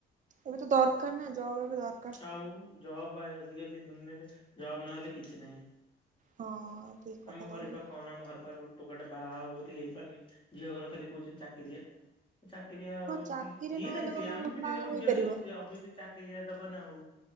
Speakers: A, on the right; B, on the left.
A: ଏବେ ତ ଦରକାର ନା ଜବ ଏବେ ଦର
B: ଆଉ ଜବ ବା ଆଜିକାଲି ଦୁନିଆରେ ଜବ ନହେଲେ କିଛି ନାହିଁ।
A: ହଁ ଠିକ କଥା
B: ଆମ
A: କହିଲୁ।
B: ଘରେ ପାଖ କହନା, ଆମ ଘର ପାଖରେ ଗୋଟେ ଟୋକାଟା ବାହା ହବ ବୋଲି ହେଇପାରୁନି ଝିଅ ଘର ଖାଲି କହୁଛନ୍ତି ଚାକିରିଆ। ଚାକିରିଆ ଆଉ
A: ହଁ ଚାକିରି
B: ଯିଏ
A: ନହେଲେ
B: ନାହିଁ ସିଏ
A: କଣ
B: ଆମେ ବି
A: ବାହାଘର
B: ଦିନେ ଗୋଟେ
A: ହେଇପାରିବ
B: ଝିଅ <unintelligible> ଚାକିରି ଦବ ନା ଆଉ